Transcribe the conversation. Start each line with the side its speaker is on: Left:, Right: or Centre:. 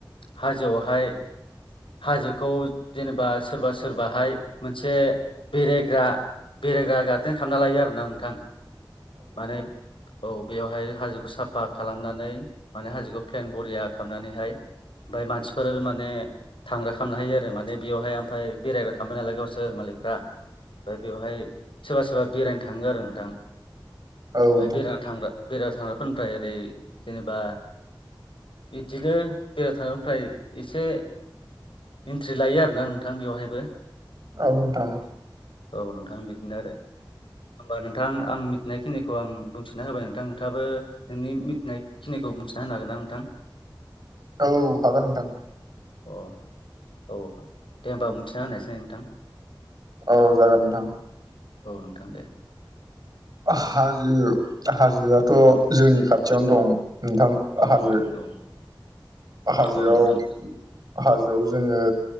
Left: हाजोआवहाय हाजोखौ जेनेबा सोरबा सोरबाहाय मोनसे बेरायग्रा बेरायग्रा गारदेन खालामना लायो आरो ना नोंथां माने औ बेवहाय हाजोखौ साफा खालामनानै माने हाजोखौ प्लेन बरिया खालामनानैहाय ओमफ्राय मानसिफोर माने थांग्रा खालामनो हायो आरो माने बेयावहाय ओमफ्राय बेरायग्रा खालामामबाय नालाय गावसोर मालिकफ्रा ओमफ्राय बेवहाय सोरबा सोरबा बेरायनो थाङो आरो नोंथां बेहाय
Right: नोंथां
Left: बेरायना थांग्रा बेदाव थांग्राफोरनिफ्राय ओरै जेनेबा बिदिनो बेराय थांनायनिफ्राय एसे एन्ट्रि लायो आरोना नोंथां बेवहायबो
Right: औथां
Left: औ नोंथां बिदिनो आरो होमबा नोंथां आं मिथिनायखिनिखौ आं बुंथिना होबाय नोंथां नोंथाबो नोंनि मिथिनायखिनिखौ मिथिना होनो हागोन ना नोंथां
Right: औ हागोन नोंथां
Left: अ औ दे होमबा बुंथिना होनायसै नोंथां
Right: औ जागोन नोंथां
Left: औ नोंथां दे
Right: हाजो हाजोआथ' जोंनि खाथियावनो दं नोंथां
Left: औ
Right: हाजो
Left: नोंथां औ
Right: हाजोआव
Left: औ नोंथां
Right: हाजोआव जोङो